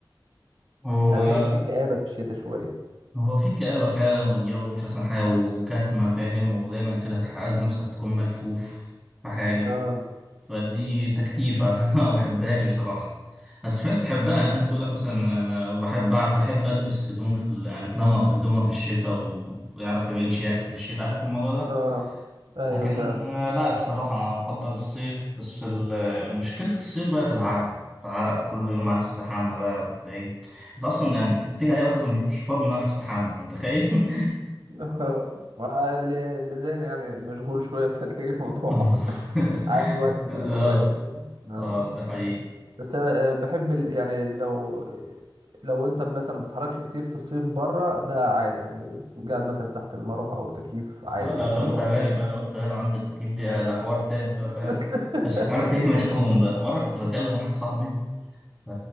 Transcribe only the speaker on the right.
يعني بحس في كآبة في الشتاء شوية
اه
اه ايوه
فعلا
<laughs> ما اللي اللي زينا يعني مشغول شوية فهتلاقي الموضوع
<laughs> عايز وقت كل
شوية فاهم آه.
بس أنا آه، بحب ال... يعني لو لو انت مثلا ما بتتحركش كتير في الصيف بره ده عادي يعني قاعد مثلا تحت المروحة او التكييف عادي
يعني
الموضوع
ممكن
<laughs>